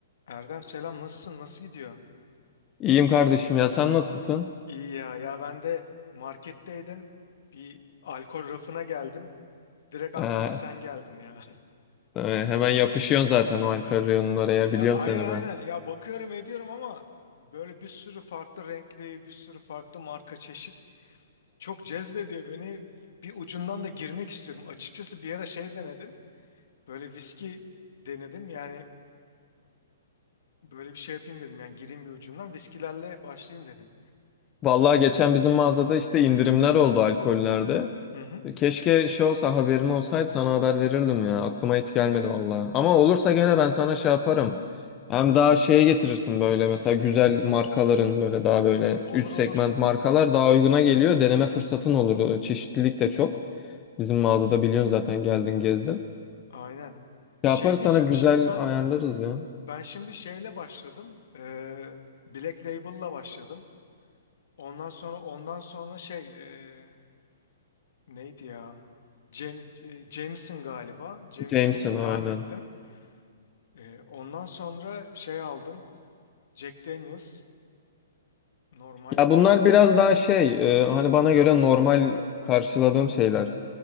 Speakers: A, on the left; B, on the left.
A: Erdem selam nasılsın nasıl gidiyor?
B: İyiyim kardeşim ya sen nasılsın?
A: İyi ya ya ben de marketteydim bir alkol rafına geldim direkt aklıma
B: Aa,
A: sen geldin ya.
B: tabii, hemen yapışıyorsun zaten o alkol
A: <laughs> Ay,
B: reyonunun oraya
A: Ya
B: biliyorum
A: aynen
B: seni
A: aynen
B: ben.
A: ya bakıyorum ediyorum ama böyle bir sürü farklı renkli bir sürü farklı marka çeşit çok cezbediyor beni bir ucundan da girmek istiyorum. Açıkçası bir ara şey denedim böyle viski denedim yani böyle bir şey yapayım dedim yani gireyim bir ucundan viskilerle başlayayım dedim.
B: Vallahi geçen bizim mağazada işte indirimler oldu alkollerde.
A: Hı hı.
B: E, Keşke şey olsa haberim olsaydı sana haber verirdim ya. Aklıma hiç gelmedi vallahi. Ama olursa gene ben sana şey yaparım. Hem daha şeye getirirsin böyle mesela güzel markaların böyle daha böyle
A: Olur
B: üst
A: olur.
B: segment markalar daha uyguna geliyor. Deneme fırsatın olur. Çeşitlilik de çok. Bizim mağazada biliyorsun zaten geldin gezdin.
A: Aynen. Şey
B: Yaparız
A: diyeceğim
B: sana güzel
A: şimdi ben
B: ayarlarız ya.
A: ben şimdi şeyle başladım. Eee Black Label'la başladım. Ondan sonra ondan sonra şey eee, neydi ya? Cem, e, Jameson galiba. Jameson
B: Jameson aynen.
A: devam ettim. Eee, ondan sonra şey aldım. Jack Daniel's normal.
B: Ya bunlar
A: Eee,
B: biraz daha şey e, hani bana göre normal karşıladığım şeyler.